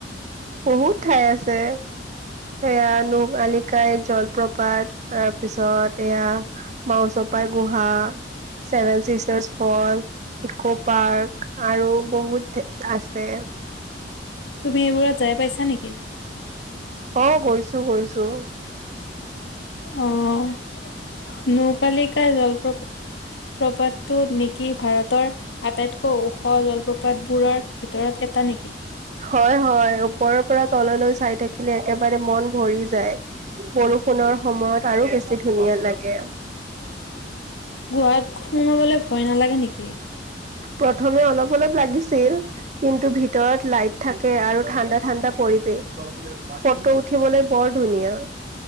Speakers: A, on the right; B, on the left.
A: বহুত ঠাই আছে। এয়া নোক আলিকাই জলপ্ৰপাত তাৰপিছত এয়া মাউ চ পাই গুহা চছেভেন চিষ্টাৰচ্ ফল ইকৌ পাৰ্ক আৰু বহুত আছে
B: তুমি এইবোৰত যাই পাইছা নিকি?
A: অ গৈছো গৈছো।
B: অ' নৌ কালিকা জলপ্ৰপাত প্ৰপাতটো নিকি ভাৰতৰ আটাইতকৈ ওখ জলপ্ৰপাত। বোৰৰ ভিতৰত এটা নিকি?
A: হয় হয় ওপৰৰ পৰা তললৈ চাই থাকিলে একেবাৰে মন ভৰি। যায়, বৰষুণৰ সময়ত আৰু বেছি ধুনীয়া লাগে।
B: গোহাত সোমাবলৈ ভয় নালাগে নেকি?
A: প্ৰথমে অলপ অলপ লাগিছিল, কিন্তু ভিতৰত লাইট থাকে আৰু ঠাণ্ডা-ঠাণ্ডা পৰিৱেশ, ফটো উঠিবলৈ বৰ ধুনীয়া।